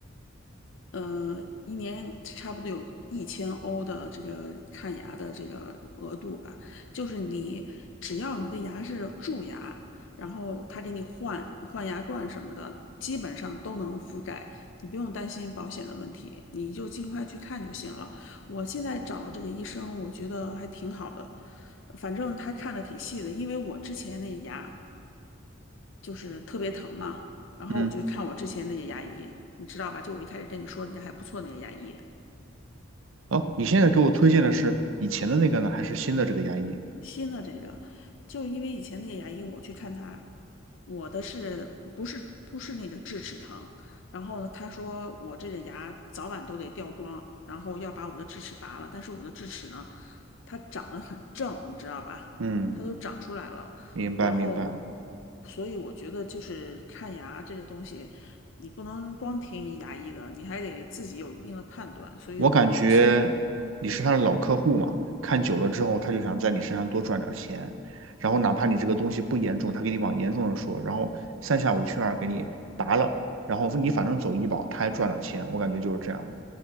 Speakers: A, on the left; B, on the right.
A: 呃，一年差不多有一千欧的这个看牙的这个额度吧，就是你只要你的牙是蛀牙，然后他给你换换牙冠什么的，基本上都能覆盖，你不用担心保险的问题，你就尽快去看就行了。我现在找了这个医生，我觉得还挺好的，反正他看的挺细的，因为我之前那个牙。就是特别疼嘛。然后我就看我之前那些牙医，
B: 嗯，
A: 你知道吧？就我一开始跟你说那家还不错那个牙医，
B: 哦，你现在给我推荐的是以前的那个呢，还是新的这个牙医？
A: 新的这个，就是因为以前那个牙医我去看他，我的是不是不是那个智齿疼？然后呢，他说我这个牙早晚都得掉光，然后要把我的智齿拔了。但是我的智齿呢，它长得很正，你知道吧？
B: 嗯，
A: 它都长出来了。
B: 明白明白。
A: 然后，所以我觉得就是看牙这个东西，你不能光听牙医的，你还得自己有一定的判断。所以我现
B: 我感觉你是他的老客户嘛，看久了之后，他就想在你身上多赚点钱，然后哪怕你这个东西不严重，他给你往严重了说，然后三下五去二给你拔了，然后你反正走医保，他还赚了钱，我感觉就是这样的，